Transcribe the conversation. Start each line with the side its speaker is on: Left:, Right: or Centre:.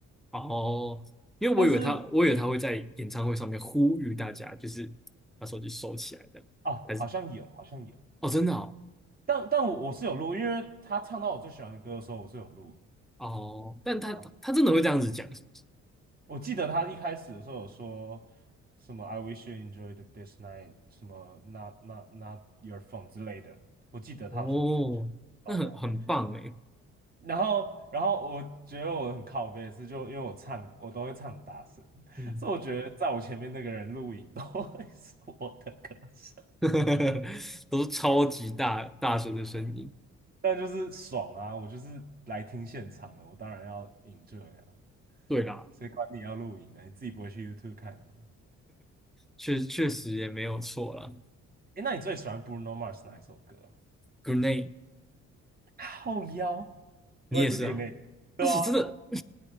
Centre: 然后，因为我以为他，
Right: 但是
Centre: 我以为他会在演唱会上面呼吁大家，就是把手机收起来这样，
Right: 啊，
Centre: 还是
Right: 好像有，好像有，
Centre: 哦，真的哦，
Right: 但但我我是有录，因为他唱到我最喜欢的歌的时候，我是有录。
Centre: 哦，但他他真的会这样子讲，
Right: 啊。
Centre: 是不是？
Right: 我记得他一开始的时候有说什么 "I wish you enjoyed this night"，什么 "not not not your phone" 之类的。我记得他好像有这样讲，
Centre: 哦，
Right: 报道的。
Centre: 那很很棒诶，
Right: 然后，然后我觉得我很靠背的是，就因为我唱，我都会唱很大声，<laughs>
Centre: 嗯，
Right: 所以我觉得在我前面那个人录影都会是我的歌声，
Centre: <laughs> 都是超级大大声的声音。
Right: 但就是爽啊！我就是来听现场的，我当然要 enjoy 啊，
Centre: 对啦，
Right: 谁管你要录影呢？你自己不会去 YouTube 看的吗？
Centre: 确确实也没有错啦。
Right: 诶，那你最喜欢 Bruno Mars 哪一首歌啊
Centre: Grenade，
Right: 后腰，
Centre: 你也是哦，
Right: 我也是 Grenade，对啊，
Centre: 那首真的，